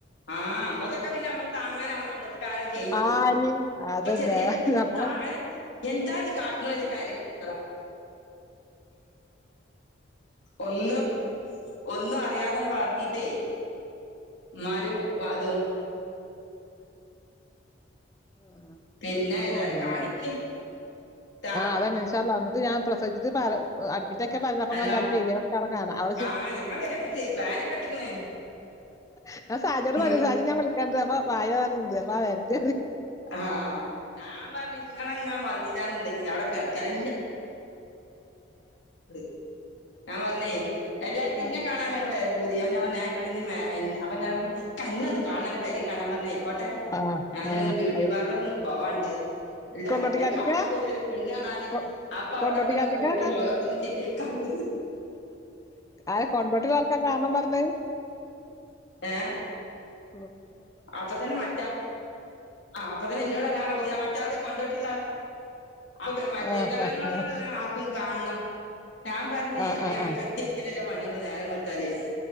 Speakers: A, on the left (about 70°); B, on the left (about 15°).
A: ആ ഞമ്മൾതൊക്കെ പിന്നെ ഞമ്മളെ താങ്ങാൻ അന്നത്തെ കാലം കെയ്ഞ്ഞ് പോയി
B: ആര് അതന്നെ
A: പ്പ ചെറിയ കുട്ടി
B: നമ്മളെ
A: താങ്ങാൻ എന്താച്ച് കാട്ട്ണു ചോയ്ച്ചാ കരീണ കുട്ട്യാളാ ഒന്നും ഒന്നും അറിയാതണ്ട് വളർത്തീട്ടെ മ്മാരും വ തും
B: ആ
A: പിന്നെ
B: റെയ്ഞ്ച
A: ഏതായാലും
B: പോണ്ണ്ട് തോന്ന്ണ്
A: കാണിക്ക്
B: ലെ മ്
A: ട്ടാ
B: അതെന്നെ ഇന്ഷാ അള്ളാ ഞാൻ പ്രസവിച്ചിട്ട് <unintelligible>
A: ഹലോ
B: ഇതൊക്കെ
A: ആ ഞങ്ങള് ഞങ്ങൾ പ്ലാനൊക്കെ ഇട്ടിക്കണ്
B: <unintelligible> ആ സാജോട്
A: നിങ്ങള്
B: പറഞ്ഞ സാജ ഞാൻ വിളിക്കാണ്ട് അപ്പൊ വായോ പറയ്ണ്ട് അപ്പ വെര്ണ്ട്
A: ആ ഞാ പറഞ്ഞു ഇങ്ങളെങ്ങൻ വന്നില്ല ണ്ടെങ്കി അവടെ കെട് <unintelligible> ആ പറഞ്ഞെ എല്ലാർക്കും
B: ആഹ്.
A: ന്നെ കാണാനാണ് വേറെ പൂതി അപ്പം ഞാൻ പറഞ് ആയ്ക്കോടെ <unintelligible> ൻക്കന്നൊന്ന് കാണണം അന്റെ പെരേം കാണാൻ പറഞ്ഞ ആയിക്കോട്ടെ
B: ആഹ്
A: ഞാനും
B: ആഹ്
A: ഒന്ന് ബ്യൂട്ടി
B: അതെ.
A: പാർലർലൊന്ന് പോവാണ്ട് എല്ലാരും
B: കൊണ്ടോട്ടിക്കാത്ത്ക്കാ?
A: ന്നെ കാണാൻ വെരാണ് പെണ്ണ് കാണാന്
B: കൊ
A: അപ്പ അവിടൊക്കെ
B: കൊണ്ടോട്ടിക്കാത്ത്ക്കാ?
A: ഒന്ന് പോയിട്ട് മൊഖോക്കൊന്ന് ശരിയാക്കാണ്ട്
B: അത് കൊണ്ടോട്ടി ആൾക്കാ കാണണം പറഞ്ഞത്
A: ഏ
B: ഉം
A: അപ്പ തന്നെ മറ്റാൾ ആ അപ്പൊ തന്നെ ന്നോട് പറ ഓ മറ്റാൾ കൊണ്ടോട്ടി <unintelligible> പെരുന്തൽ
B: ആഹ് ആഹ്
A: മണ്ണ
B: ആഹ്.
A: ആൾക്കും കാണണം ഞാൻ പറഞ്ഞേ
B: ആഹ്
A: അവ
B: ആഹ്
A: ഞങ്ങൾ
B: ആഹ്.
A: കത്തിയടിക്കലല്ലേ പണിയൊള്ളൂ നേരം ത്താല്